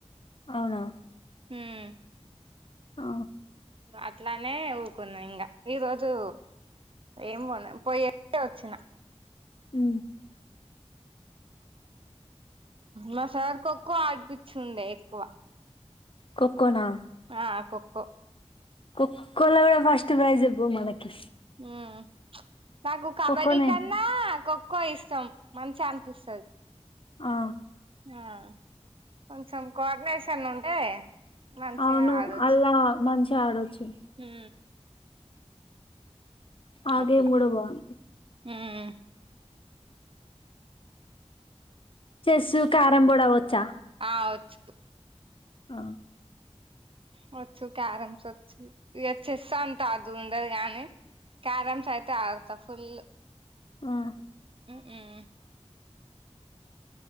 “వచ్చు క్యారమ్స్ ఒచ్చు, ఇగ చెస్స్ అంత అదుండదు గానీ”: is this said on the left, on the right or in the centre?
Right